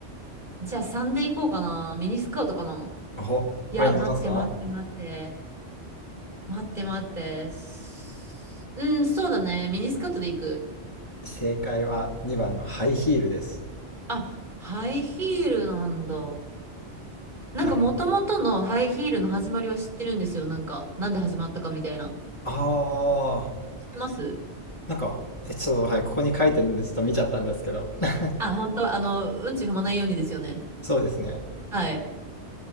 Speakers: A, on the right (about 45°); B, on the left (about 25°).
A: じゃあ3でいこうかな。ミニスカートかな。
B: ほ、
A: いや、
B: はい山本さん。
A: 待って待って待って。待って待って。すうん、そうだね。ミニスカートでいく。
B: 正解は2番のハイヒールです。
A: あ、ハイヒールなんだ。なんかもともとのハイヒールの始まりは知ってるんですよ。
B: なんか、
A: なんか、なんで始まったかみたいな。
B: あー、
A: 知ってます
B: なんか、え、ちょっと、はい、ここに書いてるんで、ちょっと見ちゃったんですけど。<laughs>
A: あ、本当あの、うんち踏まないようにですよね。
B: そうですね。
A: はい。